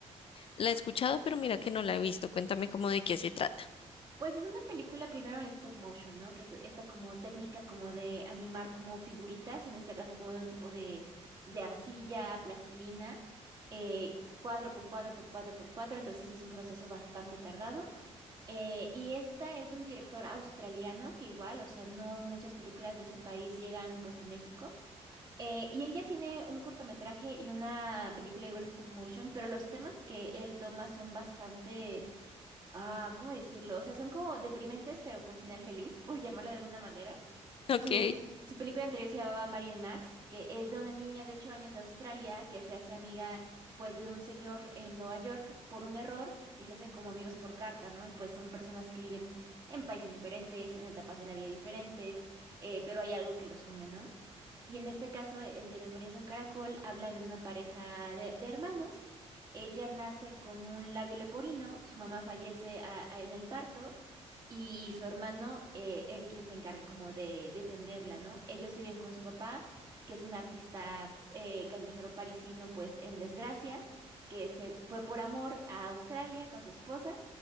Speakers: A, on the left; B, on the right.
A: La he escuchado, pero mira que no la he visto. Cuéntame cómo de qué se trata. <laughs>
B: Pues es una película primero en stop motion, ¿no? Que es esta como técnica como de animar como figuritas, en este caso como de un tipo de, de arcilla, plastilina, eh, cuadro por cuadro por cuadro por cuadro, entonces es un proceso bastante tardado. Eh, y esta es de un director australiano que igual, o sea, no muchas películas de ese país llegan pues a México. Eh, y él ya tiene un cortometraje y una película igual stop motion, pero los temas que él toma son bastante Ah, ¿cómo decirlo? O sea, son como deprimentes, pero con final feliz, <laughs> por llamarlo de alguna manera.
A: Ok,
B: Su, su película anterior se llamaba Marian Max, que es de una niña de 8 años de Australia que se hace amiga, pues, de un señor en Nueva York por un error y se hacen como amigos por carta, ¿no? Y pues son personas que viven en países diferentes, en etapas de la vida diferentes, eh, pero hay algo que los une, ¿no? Y en este caso, e, el de Memorias de un Caracol habla de una pareja de, de hermanos. Ella nace con un labio leporino, su mamá fallece a- a- en el parto y su hermano eh, es quien se encarga como de defenderla, ¿no? Ellos viven con su papá, que es un artista eh, callejero parisino, pues en desgracia, que se fue por amor a Australia con su esposa